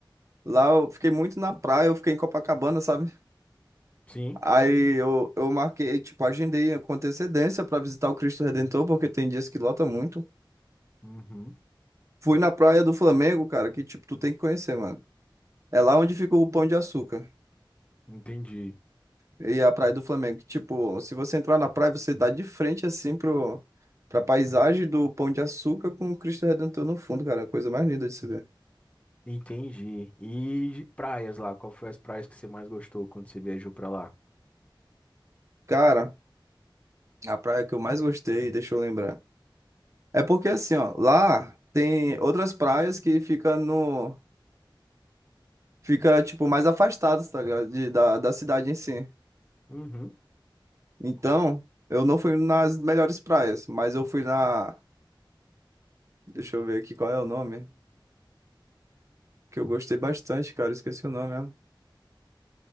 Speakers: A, on the right; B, on the left.
A: lá eu fiquei muito na praia, eu fiquei em Copacabana, sabe?
B: Sim.
A: Aí eu, eu marquei, tipo, agendei com antecedência pra visitar o Cristo Redentor, porque tem dias que lota muito.
B: Uhum.
A: Fui na Praia do Flamengo, cara, que, tipo, tu tem que conhecer, mano. É lá onde fica o Pão de Açúcar
B: Entendi.
A: e a Praia do Flamengo. que, Tipo, se você entrar na praia, você dá de frente, assim, pro, pra paisagem do Pão de Açúcar com o Cristo Redentor no fundo, cara. É A coisa mais linda de se ver.
B: Entendi. E de praias lá, qual foi as praias que você mais gostou quando você viajou pra lá?
A: Cara, a praia que eu mais gostei, deixa eu lembrar. É porque, assim, ó, lá tem outras praias que ficam no fica, tipo, mais afastado, tá ligado? De- da, da cidade em si.
B: Uhum,
A: Então, eu não fui nas melhores praias, mas eu fui na. Deixa eu ver aqui qual é o nome. Que eu gostei bastante, cara. Esqueci o nome, ó.